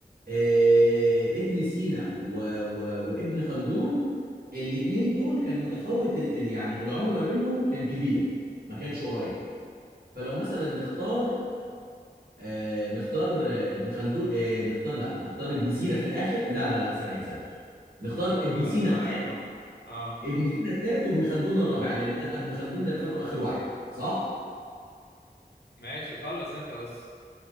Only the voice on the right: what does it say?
آه، ابن سينا و... و... وابن خلدون الاتنين دول كان متفاوت ال... ال- يعني العمر ما بينهم كان كبير ما كانش قريب فلو مثلا نختار آه نختار آه ابن خلدون آه نختار لا نختار ابن سينا في الاخر لا لا لا ثانية ثانية نختار ابن
سينا
الثالث
ابن سينا الثالث وابن خلدون الرابع لان ده ابن خلدون ده انا فاكره اخر واحد صح